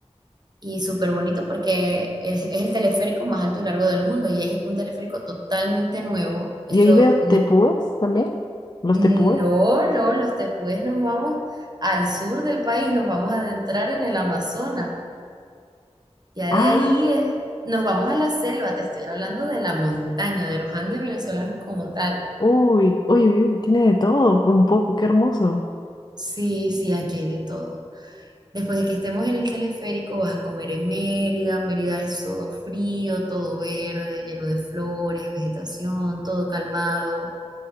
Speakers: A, on the right (about 40°); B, on the left (about 40°).
A: Y súper bonito porque es, es el teleférico más alto y largo del mundo y es un teleférico totalmente nuevo, hecho
B: Y ahí veo
A: ne-
B: tepúes también. Los
A: No,
B: tepúes.
A: no, los tepuyes nos vamos al sur del país, nos vamos a adentrar en el Amazonas. Ya
B: Ah,
A: de ahí eh, nos vamos a la selva, te estoy hablando de la montaña, de los Andes venezolanos como tal.
B: uy, uy, uy, uy, tiene de todo, un poco, qué hermoso.
A: Sí, sí, aquí hay de todo. Después de que estemos en el teleférico, vas a comer en Mérida. Mérida es todo frío, todo verde, lleno de flores, vegetación, todo calmado.